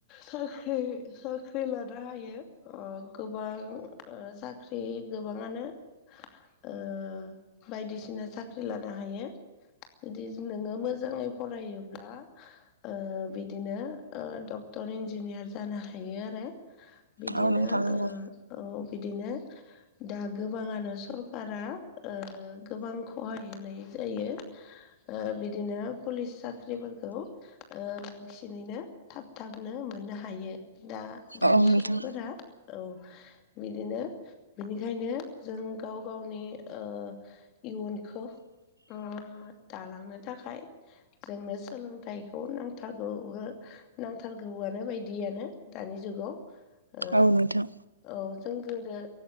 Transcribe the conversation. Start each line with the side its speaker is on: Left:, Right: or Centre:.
Left: साख्रि-साख्रि लानो हायो ओ गोबां ओ साख्रि गोबाङानो ओ बायदिसिना साख्रि लानो हायो जुदि नोङो मोजाङै फरायोब्ला ओ बिदिनो ओ डक्टर इन्जिनियार जानो हायो आरो बिदिनो
Right: औ नोंथां नंगौ
Left: ओ औ बिदिनो दा गोबाङानो सरखारा ओ गोबां खहाय होनाय जायो ओ बिदिनो पुलिस साख्रिफोरखौ ओ बांसिनैनो थाब थाबनो मोननो हायो दा दानिस
Right: औ नोंथां
Left: <unintelligible> औ बिदिनो बिनिखायनो जों गाव गावनि ओ इयुनखौ <unintelligible> दालांनो थाखाय जोंनो सोलोंथाइखौ नांथारगौ हो नांथारगौआनो बायदियानो दानि जुगाव ओ
Right: औ नोंथां
Left: औ जों गोदो